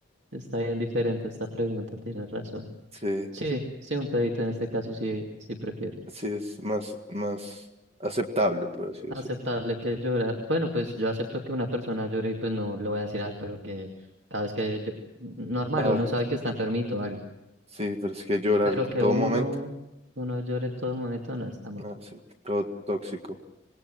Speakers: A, on the right; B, on the right.
A: está bien diferente esta pregunta, tienes razón.
B: Sí,
A: Sí, sí, un pedito en este caso sí, sí prefiero.
B: sí, es más, más aceptable, por así decirlo.
A: Aceptable que llora. Bueno, pues yo acepto que una persona llore y pues no le voy a decir, ay, pero que cada vez que yo... Normal,
B: Ah,
A: uno sabe que está enfermito o algo.
B: sí, pero es que llorar
A: Pero
B: en
A: que
B: todo
A: uno,
B: momento.
A: uno llore en todo momento no está mal.
B: Ah, sí, todo tóxico.